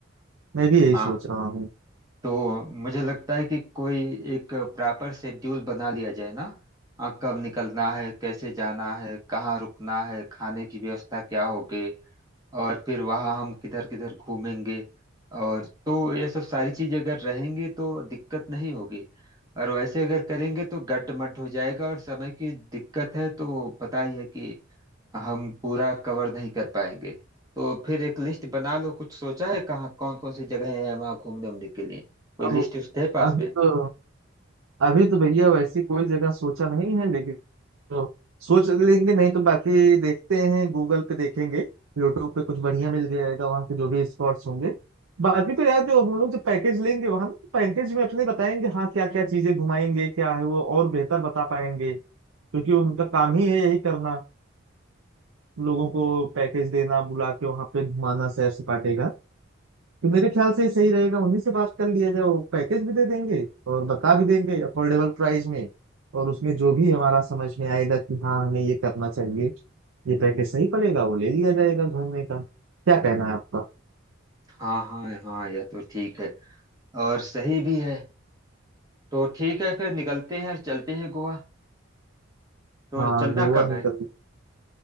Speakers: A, on the right; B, on the right.
A: मैं भी यही
B: हाँ
A: सोच रहा हूँ
B: तो मुझे लगता है कि कोई एक प्रॉपर शेड्यूल बना लिया जाए ना हाँ, कब निकलना है कैसे जाना है कहाँ रुकना है खाने की व्यवस्था क्या होगी और फिर वहाँ हम किधर किधर घूमेंगे और तो ये सब सारी चीजें अगर रहेंगी तो दिक्कत नहीं होगी और वैसे अगर करेंगे तो गड्ड मड हो जाएगा और समय की दिक्कत है तो पता ही है कि हम पूरा कवर नहीं कर पाएंगे तो फिर एक लिस्ट बना लो कुछ सोचा है कहाँ कौन कौन सी जगह है वहाँ घूमने उमने के लिए कोई
A: अब
B: लिस्ट उस्ट है पास
A: अभी
B: में
A: तो अभी तो भैया वैसी कोई जगह सोचा नहीं है लेकिन तो सोच लेंगे नहीं तो बाकी देखते हैं गूगल पे देखेंगे यूट्यूब पे कुछ बढ़िया मिल जाएगा वहाँ के जो भी स्पॉट्स होंगे बाकी तो यार जो हम लोग जो पैकेज लेंगे वहाँ ना पैकेज में अपने बताएंगे हाँ क्या क्या चीजें घुमाएंगे क्या है वो और बेहतर बता पाएंगे क्योंकि उनका काम ही है यही करना लोगों को पैकेज देना बुला के वहां पे घुमाना सैर सपाटे का तो मेरे ख्याल से सही रहेगा उन्हीं से बात कर लिया जाए वो पैकेज भी दे देंगे और बता भी देंगे अफोर्डेबल प्राइस में और उसमें जो भी हमारा समझ में आएगा कि हाँ हमें ये करना चाहिए ये पैकेज सही पड़ेगा वो ले लिया जाएगा घूमने का क्या कहना है आपका
B: हाँ हाँ हाँ यह तो ठीक है और सही भी है तो ठीक है फिर निकलते हैं और चलते हैं गोवा तो
A: हाँ
B: चलना
A: गोवा
B: कब
A: निकल
B: है